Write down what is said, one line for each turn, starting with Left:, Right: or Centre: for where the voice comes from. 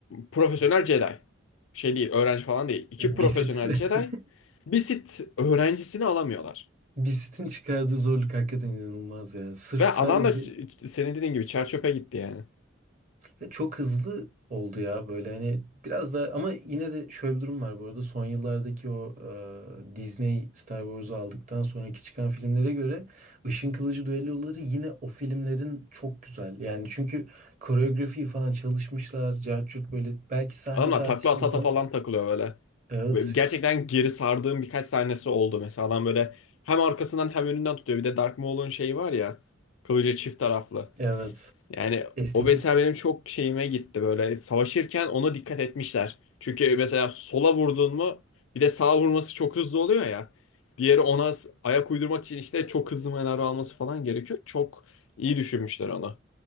Left: profesyonel Jedi. Şey değil, öğrenci falan değil. İki
Right: E, Basit
Left: profesyonel
Right: <laughs>
Left: Jedi bir sit öğrencisini alamıyorlar.
Right: Bisitin çıkardığı zorluk hakikaten inanılmaz ya. Sırf
Left: Ve
Right: sadece
Left: adam da senin dediğin gibi çer çöpe gitti yani.
Right: ve çok hızlı oldu ya böyle hani biraz daha ama yine de şöyle bir durum var bu arada son yıllardaki o e, Disney Star Wars'u aldıktan sonraki çıkan filmlere göre Işın Kılıcı düelloları yine o filmlerin çok güzel. Yani çünkü koreografi falan çalışmışlar. Cart curt böyle belki sahne
Left: Adamlar
Right: tartışılır
Left: takla ata ata
Right: ama
Left: falan takılıyor böyle.
Right: evet
Left: Ve Gerçekten geri sardığım birkaç sahnesi oldu. Mesela adam böyle hem arkasından hem önünden tutuyor. Bir de Dark Maul'un şeyi var ya. Kılıcı çift taraflı.
Right: evet
Left: Yani
Right: estetik.
Left: o mesela benim çok şeyime gitti böyle. Savaşırken ona dikkat etmişler. Çünkü mesela sola vurdun mu bir de sağa vurması çok hızlı oluyor ya. Diğeri ona s- ayak uydurmak için işte çok hızlı manevra alması falan gerekiyor. Çok iyi düşünmüşler onu.